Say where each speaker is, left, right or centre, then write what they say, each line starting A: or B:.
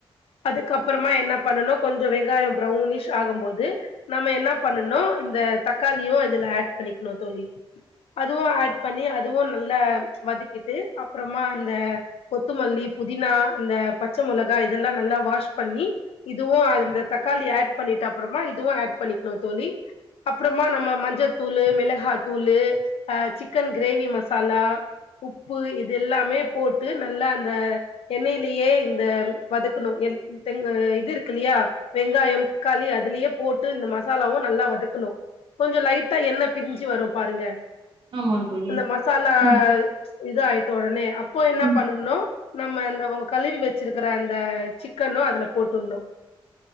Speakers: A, on the left (about 80°); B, on the right (about 60°).
A: அதுக்கப்பறமா என்ன பண்ணனு கொஞ்ச வெங்காயம் பரௌனிஷ் ஆகும் போது நம்ம என்ன பண்ணணு இந்த தக்காளியு இதுல ஆட் பண்ணிக்கணு தோழி அதுவு ஆட் பண்ணி அதுவு நல்லா வதக்கிட்டு அப்றமா இந்த கொத்துமல்லி புதினா இந்த பச்ச மொளகா இதெல்லா நல்லா வாஷ் பண்ணி இதுவு அந்த தக்காளி ஆட் பண்ணிட்ட அப்பறமா இதுவு ஆட் பண்ணிக்கணு தோழி அப்புறமா நம்ம மஞ்சத்தூளு மெளகாயத்தூளு அ சிக்கன் க்ரேவி மசாலா உப்பு இது எல்லாமே போட்டு நல்லா அந்த எண்ணெயிலேயே இந்த வதக்கணு எந் செங்க இது இருக்கு இல்லையா வெங்காயம் தக்காளி அதுலயே போட்டு இந்த மசாலாவு நல்லா வதக்கணு கொஞ்சோ லைட்டா எண்ண பிரிஞ்சு வரும் பாருங்க
B: ஆமா தோழி
A: இந்த மசாலா
B: ம்
A: இது ஆயிட்ட ஒடனே அப்போ என்ன
B: ம்
A: பண்ணனு நம்ம இந்தவோ கழுவி வச்சிருக்குற அந்த சிக்கனு அதுல போட்டுட்ணு